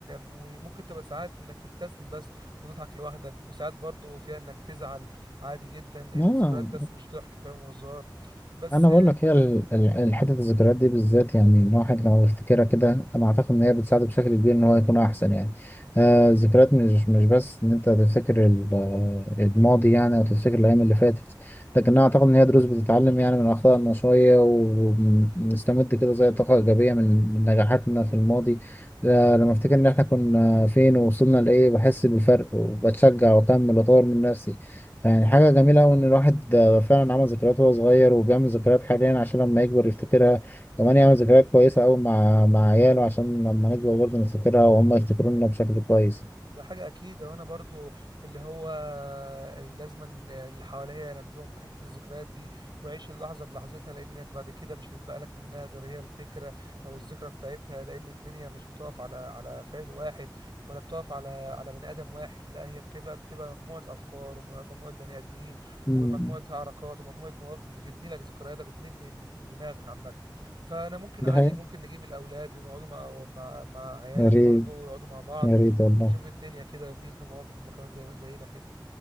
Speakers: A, on the right; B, on the left.
A: وممكن تبقى ساعات انك تبتسم بس وتضحك لوحدك وساعات برضو فيها انك تزعل عادي جدا لان
B: آه
A: الذكريات بس مش ضحك فاهم وهزار بس
B: انا بقول لك هي ال- ال- حته الذكريات دي بالذات يعني الواحد لو يفتكرها كده انا اعتقد ان هي بتساعده بشكل كبير ان هو يكون احسن يعني آه الذكريات مش مش بس ان انت تفتكر ال- آه، الماضي يعني او تفتكر الايام اللي فاتت لكن انا اعتقد ان هي دروس بتتعلم يعني من اخطائنا شويه ونستمد كده زي طاقه ايجابيه من من نجاحاتنا في الماضي آه لما افتكر ان احنا كنا فين ووصلنا لايه بحس بالفرق وبتشجع واكمل واطور من نفسي يعني حاجة جميلة أوي إن الواحد آه، فعلا عمل ذكريات وهو صغير وبيعمل ذكريات حاليا عشان لما يكبر يفتكرها كمان يعمل ذكريات كويسة أوي مع مع عياله عشان لما نكبر برضه نفتكرها وهم يفتكرونا بشكل كويس
A: ده حاجة أكيد وأنا برضو اللي هو لازما اللي حواليا أنبيهم بحتة الذكريات دي وعيش اللحظة بلحظتها لأنك بعد كده مش هتبقى لك منها غير هي الفكرة أو الذكرى بتاعتها لأن الدنيا مش بتقف على على فعل واحد ولا بتقف على على بني آدم واحد لا هي بتبقى بتبقى مجموعة أفكار ومجموعة بني آدمين
B: مم.
A: ومجموعة حركات ومجموعة مواقف بتبني لك ذكرياتك وبتبني دماغك عامة فأنا ممكن
B: دي
A: عادي
B: حقيقة
A: ممكن نجيب الأولاد ونقعدوا مع مع مع عيالك
B: يا ريت
A: برضو ويقعدوا مع بعض
B: يا ريت والله
A: ونشوف الدنيا كده يبنوا مواقف هما كمان زي زينا كده